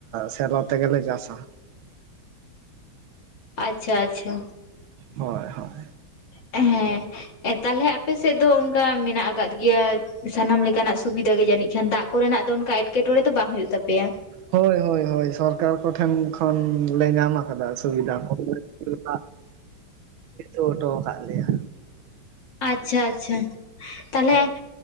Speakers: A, on the right; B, on the left.
A: ᱥᱮᱞᱚ ᱛᱮᱜᱮᱞᱮ ᱪᱟᱥᱟ᱾
B: ᱟᱪᱪᱷᱟ ᱟᱪᱪᱷᱟ
A: ᱦᱚᱭ ᱦᱚᱭ
B: ᱦᱮᱸ ᱛᱟᱦᱞᱮ ᱟᱯᱮ ᱥᱮᱫ ᱫᱚ ᱚᱱᱠᱟ ᱢᱮᱱᱟᱜ ᱟᱠᱟᱫ ᱜᱮᱭᱟ ᱥᱟᱱᱟᱢ ᱞᱮᱠᱟᱱᱟᱜ ᱥᱩᱵᱤᱫᱟ ᱜᱮ ᱡᱟᱹᱱᱤᱡ ᱠᱷᱟᱱ ᱫᱟᱜ ᱠᱚᱨᱮᱱᱟᱜ ᱫᱚ ᱚᱱᱠᱟ ᱮᱴᱠᱮᱴᱬᱮ ᱫᱚ ᱵᱟᱝ ᱦᱩᱭᱩᱜ ᱛᱟᱯᱮᱭᱟ?
A: ᱦᱳᱭ ᱦᱳᱭ ᱦᱳᱭ ᱥᱚᱨᱠᱟᱨ ᱠᱚᱴᱷᱮᱱ ᱠᱷᱚᱱᱞᱮ ᱧᱟᱢ ᱟᱠᱟᱫᱟ ᱥᱩᱵᱤᱫᱟ ᱠᱚ᱾ ᱵᱤᱨᱵᱟᱦᱟ ᱦᱚᱴᱚ ᱟᱠᱟᱫ ᱞᱮᱭᱟ᱾
B: ᱟᱪᱪᱷᱟ ᱟᱪᱪᱷᱟ ᱛᱟᱞᱦᱮ
A: ᱦᱳᱭ